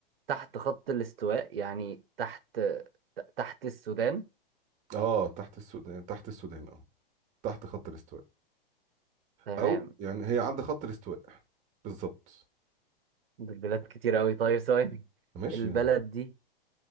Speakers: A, on the right; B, on the right.
A: تحت خط الاستواء يعني تحت تحت السودان
B: اه تحت السودان تحت السودان اه تحت خط الاستواء
A: تمام
B: أو يعني هي عند خط الاستواء بالظبط
A: دي بلاد كتير أوي طيب ثواني
B: ماشي
A: البلد دي